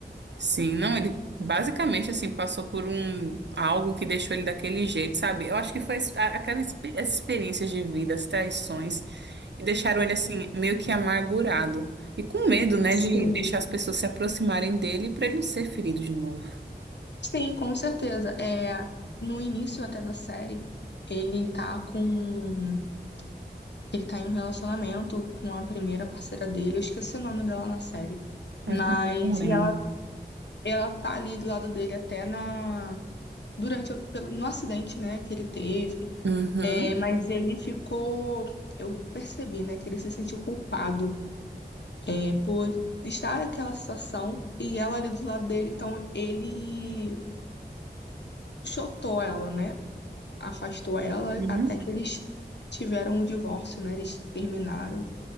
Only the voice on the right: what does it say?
Sim, não, ele basicamente, assim, passou por um algo que deixou ele daquele jeito, sabe? Eu acho que foi a- aquela expe- essa experiência de vida, as traições. que deixaram ele assim, meio que amargurado. E com medo, né, de
deixar as pessoas se aproximarem dele para ele não ser ferido de novo.
Mas
eu também não lembro.
Uhum,
uhum,